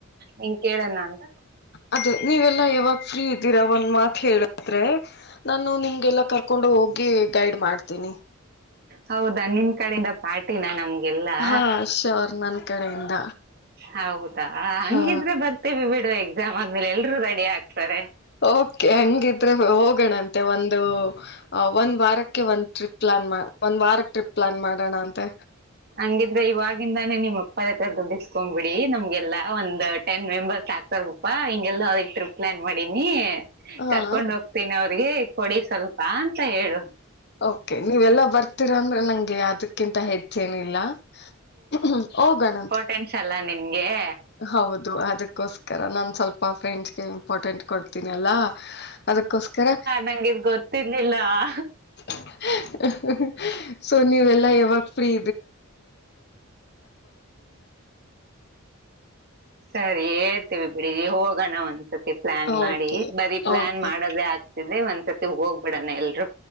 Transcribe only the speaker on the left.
ಅದೇ ನೀವೆಲ್ಲಾ ಯಾವತ್ತು ಫ್ರೀ ಇದ್ದೀರ ಒಂದ್ ಮಾತ್ ಹೇಳಿದ್ರೆ ನಾನು ನಿಮಗೆಲ್ಲಾ ಕರ್ಕೊಂಡು ಹೋಗ್ ಗೆ ಗೈಡ್ ಮಾಡ್ತೀನಿ
ಹಾ ಶೋರ್ ನ ಕಡೆಯಿಂದ
ಹಾ
ಓಕೆ ಹಂಗಿದ್ರೆ ಹೋಗೋಣಂತೆ ಒಂದು ಅ ಒಂದ್ ವಾರಕ್ಕೆ ಒಂದ್ ಟ್ರಿಪ್ ಪ್ಲಾನ್ ಒಂದ್ ವಾರ ಟ್ರಿಪ್ ಪ್ಲಾನ್ ಮಾಡೋಣ ಅಂತೆ
ಹಾ
ಓಕೆ ನೀವೆಲ್ಲಾ ಬರ್ತಿರಾ ಅಂದ್ರೆ ನಂಗೆ ಅದಕ್ ನಿನಗಿಂತ ಹೆಚ್ಚೇನಿಲ್ಲ- ಗು-ಹೋಗಣತ್
ಹೌದು ಅದಕ್ಕೋಸ್ಕರ ನಾನ್ ಸ್ವಲ್ಪ ಫ್ರೆಂಡ್ಸ್ಗೆ ಇಂಪಾರ್ಟೆಂಟ್ ಕೊಡ್ತೀನಿಲ್ಲಾ ಅದಕ್ಕೋಸ್ಕರ
ಚ್-ಹ-ಹುಂ - ಸೊ ನೀವಲ್ಲಾ ಯಾವಾಗ ಫ್ರೀ
ಓಕೆ
ಓಕೆ